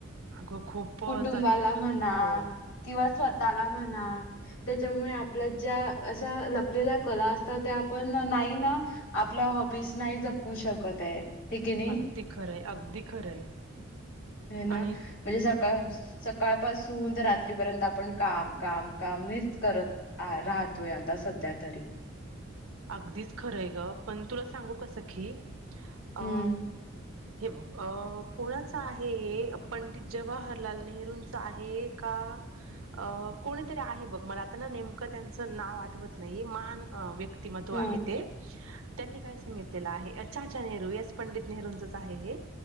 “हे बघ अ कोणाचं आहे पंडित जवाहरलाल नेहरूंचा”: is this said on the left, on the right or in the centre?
Right